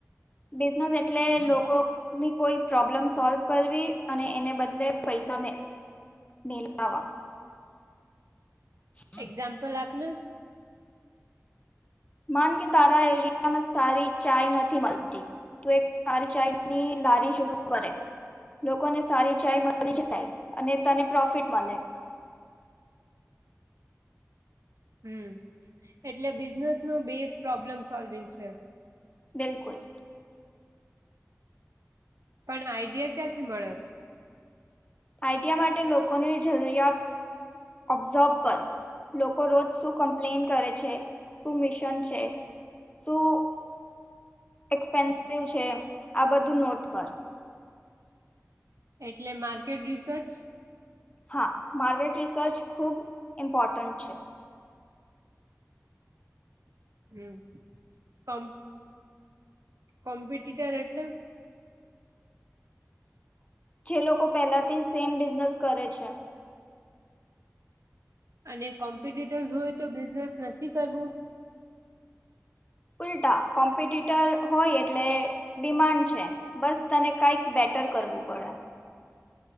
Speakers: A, on the left; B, on the right.
A: બિઝનેસ એટલે લોકોની કોઈ પ્રોબ્લેમ સોલ્વ કરવી. અને એને બદલે પૈસા મેલાવા. <unintelligible>
B: એક્ઝામ્પલ આપને.
A: માન કે તારા એરિયામાં સારી ચાય નથી મળતી. તુ એક સારી ચાય ની લારી શરૂ કર એમ. લોકોને સારી ચાય મળી જાય અને તને પ્રોફિટ મળે.
B: હમ એટલે બિઝનેસ નો બેઝ પ્રોબ્લેમ સોલ્વિંગ છે.
A: બિલકુલ.
B: પણ આઈડિયા ક્યાંથી મળે.
A: આઈડિયા માટે લોકોની જરૂરિયાત ઓબ્ઝર્વ કર. લોકો રોજ શું કમ્પ્લેન કરે છે શું મિશન છે શું એક્સપેન્સિવ છે આ બધું નોટ કર
B: એટલે માર્કેટ રિસર્ચ
A: હા માર્કેટ રિસર્ચ ખૂબ ઇમ્પોર્ટન્ટ છે
B: હમ કમ કોમ્પિટટર એટલે
A: જે લોકો પહેલાથી સેમ બિઝનેસ કરે છે
B: અને કોમ્પિટેટર્ હોય તો બિઝનેસ નથી કરવું
A: ઉલટા કોમ્પિટટર હોય એટલે ડિમાન્ડ છે બસ તને કાંઈક બેટર કરવું પડે